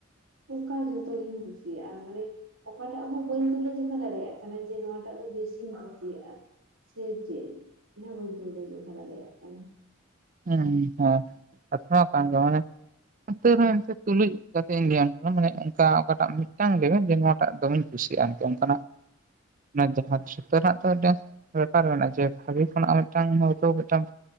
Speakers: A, on the right; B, on the right.
A: ᱚᱱᱠᱟ ᱡᱚᱛᱚᱜᱤᱧ ᱠᱩᱥᱤᱭᱟᱜᱼᱟ ᱢᱟᱱᱮ ᱚᱠᱟᱴᱟᱜ ᱦᱚᱸ ᱵᱟᱹᱧ ᱛᱩᱞᱟᱹᱡᱚᱠᱷᱟ ᱫᱟᱲᱮᱭᱟᱜ ᱠᱟᱱᱟ ᱡᱮ ᱱᱚᱣᱟᱴᱟᱜ ᱫᱚ ᱵᱮᱥᱤᱧ ᱠᱩᱥᱤᱭᱟᱜᱼᱟ ᱥᱮ ᱪᱮᱫ ᱚᱱᱟ ᱵᱟᱹᱧ ᱛᱩᱞᱟᱹ ᱡᱚᱠᱷᱟ ᱫᱟᱲᱮᱭᱟᱜ ᱠᱟᱱᱟ
B: ᱦᱮᱸ ᱦᱮᱸ ᱠᱟᱛᱷᱟ ᱦᱚᱸ ᱠᱟᱱ ᱜᱮᱭᱟ ᱢᱟᱱᱮ ᱛᱳ ᱨᱮᱦᱚᱸ ᱮᱱᱛᱮ ᱛᱩᱞᱩᱡ ᱠᱟᱛᱮ ᱤᱧ ᱞᱟᱹᱭᱟᱢ ᱠᱟᱱᱟ ᱢᱟᱱᱮ ᱚᱱᱠᱟ ᱚᱠᱟᱴᱟᱜ ᱢᱤᱫᱴᱟᱝ ᱞᱟᱹᱭ ᱡᱮ ᱱᱚᱣᱟᱴᱟᱜ ᱫᱚᱢᱮᱧ ᱠᱩᱥᱤᱭᱟᱜᱼᱟ ᱟᱨᱠᱤ ᱚᱱᱠᱟᱱᱟᱜ ᱚᱱᱟ ᱡᱟᱦᱟᱸ ᱡᱩᱛᱟᱹ ᱨᱮᱱᱟᱜ ᱫᱚ ᱢᱤᱫᱴᱟᱝ ᱵᱮᱯᱟᱨ ᱢᱮᱱᱟᱜᱼᱟ ᱡᱮ ᱵᱷᱟᱹᱜᱤ ᱠᱷᱚᱱᱟᱜ ᱢᱤᱫᱴᱟᱝ ᱦᱚᱭᱛᱳ ᱢᱤᱫᱴᱟᱝ